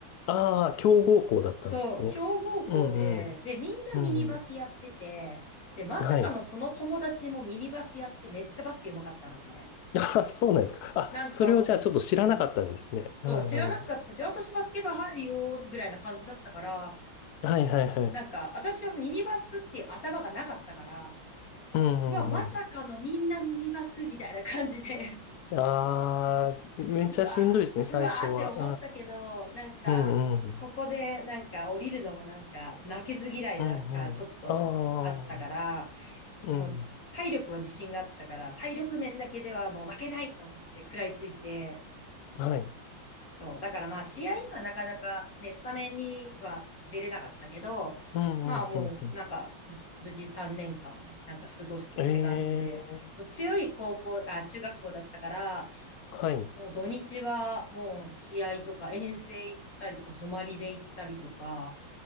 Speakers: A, on the left; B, on the left.
A: ああ、強豪校だったんですね。
B: そう、強豪校で、
A: うん、
B: で、みんなミニバスやってて、
A: うん、うん。
B: で、まさかのその友達もミニバスやってめっちゃバスケ上手かったのね。
A: はい。<laughs> あ、そうなんですか。あ、
B: なんかもうす、
A: それをじゃあちょっと知らなかったんですね。
B: うん。そう、
A: うん、
B: 知らなかったし、
A: うん。
B: あ私バスケ部入るよ、ぐらいな感じだったから、
A: はい、はい、はい。
B: なんか、私はミニバスっていう頭がなかったから、
A: うん、うん、
B: うわ、まさかのみんなミニバスみたいな感じで
A: うん。ああ、めっちゃしんどいですね、
B: うわ
A: 最初は。
B: ー、うわーって思ったけど、なんか、
A: うん、うん、うん。
B: ここでなんか降りるのもなんか負けず嫌いなんかちょっとあったから、
A: うん、うん。ああ、うん、
B: もう体力は自信があったから、
A: うん。うん。
B: 体力面だけではもう負けないと思って食らいついて、
A: はい。
B: そう。だからまあ試合にはなかなかね、スタメンには出れなかったけど、
A: うんうんうんうん。
B: まあもうなんか無事3年間なんか過ごしてって感じで、
A: ええ、
B: そう強い高校、あ、中学校だったから、
A: はい。
B: もう土日はもう試合とか遠征行ったりとか泊まりで行ったりとか